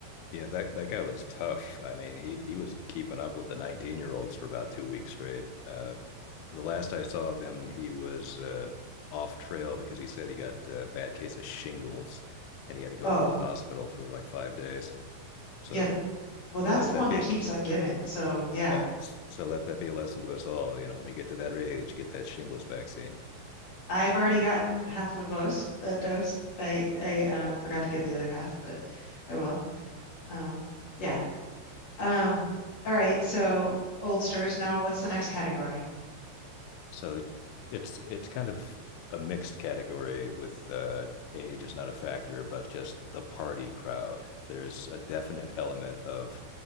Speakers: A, on the left; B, on the left.
A: Yeah, that that guy was tough. I mean, he he was keeping up with the 19-year-olds for about two weeks straight. Uh, the last I saw of him, he was uh, off trail because he said he got a bad case of shingles and he had to go
B: Oh,
A: into the hospital for like five days. So
B: yeah. Well, that's
A: let
B: the
A: that
B: one
A: be
B: that keeps on giving. So yeah,
A: Yeah. So let that be a lesson to us all. You know, when we get to that age, get that shingles vaccine.
B: I've already gotten half of those a dose. I I uh, forgot to get the other half, but I will. Um, yeah. Um, all right, so oldsters. Now, what's the next category?
A: So it's it's kind of a mixed category with uh, age is not a factor, but just the party crowd. There's a definite element of